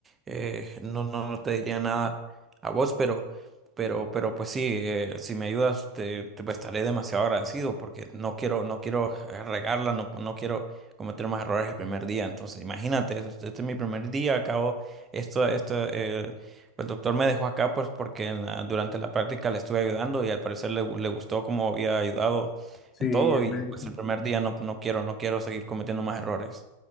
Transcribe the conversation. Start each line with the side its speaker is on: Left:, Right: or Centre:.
Right: eh, no, no, no te diría nada a vos, pero, pero, pero pues sí, eh, si me ayudas, te, te pues, estaré demasiado agradecido porque no quiero, no quiero eh, regarla, no, no quiero cometer más errores el primer día. Entonces, imagínate, es- este, es mi primer día, acabo, esto, esto, eh, pues, el doctor me dejó acá pues porque en la- durante la práctica le estuve ayudando y al parecer le, gu- le gustó cómo había ayudado
Left: Sí,
Right: en
Left: el
Right: todo y
Left: médico.
Right: pues el primer día no, no quiero, no quiero seguir cometiendo más errores.